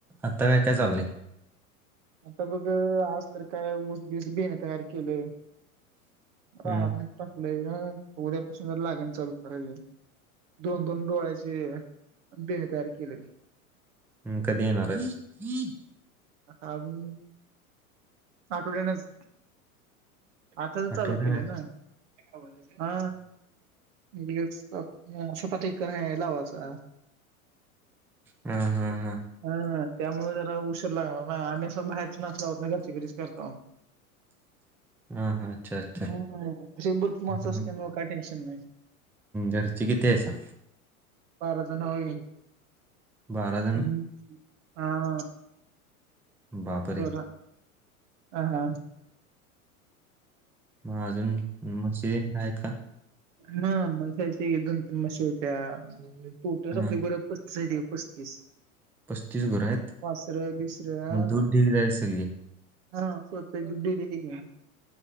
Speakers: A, in the centre; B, on the right (about 55°).
A: आता काय-काय चालले.
B: आता बघ आज तर काय ऊस बीस बीयान तयार केलंय. रानात
A: हम्म
B: मीठ टाकलं ना, उद्यापासून जरा लागण चालू करायची. दोन-दोन डोळ्याचे बियाणे तयार केले.
A: हम् कधी येणार आहे?
B: अजून, आठवड्यानेच. आता तर
A: आठवड्याने
B: चालू केले ना <inaudible> हा. <unintelligible>
A: हा
B: <unintelligible>
A: हा हा
B: हा त्यामुळे जरा उशीर लागणार. हा आणि असं माहित नसलावर घरच्या घरीच करताव.
A: हा हा अच्छा अच्छा
B: हा अशी भरपूर माणस
A: हम्म.
B: असल्यामुळे काय टेन्शन नाय.
A: घरची किती आहेसा.
B: बाराजण होईल
A: बारा जण
B: हम्म हा.
A: बापरे
B: तर अ हा.
A: मग अजून म्हशी आहेत का.
B: म येत दोन तीन म्हशी होत्या. <unintelligible>
A: हा
B: <unintelligible> दे पस्तीस.
A: पस्तीस घर आहेत
B: वासर बिसर
A: म दूध देरी असलली.
B: हा स्वतःची दूध देरी बी हे.